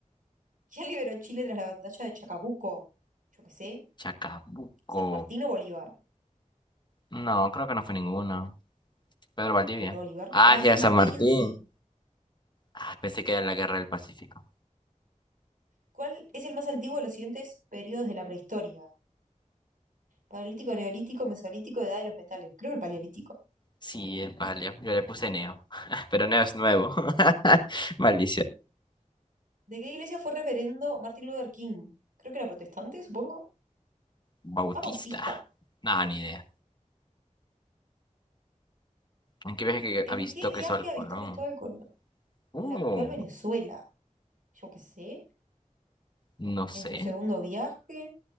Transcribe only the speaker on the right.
¿Quién liberó Chile tras la batalla de Chacabuco? Yo qué sé.
¿San Martín o Bolívar?
A ver, Bolívar.
Ah, es
San
Martín,
sí.
¿Cuál es el más antiguo de los siguientes periodos de la prehistoria? Paleolítico, neolítico, mesolítico, edad de los metales. Creo que el paleolítico.
¿De qué iglesia fue reverendo Martin Luther King? Creo que era protestante, supongo.
Ah, bautista.
¿En
qué viaje
avistó
Cristóbal Colón?
La actual Venezuela. Yo qué sé.
En su segundo viaje,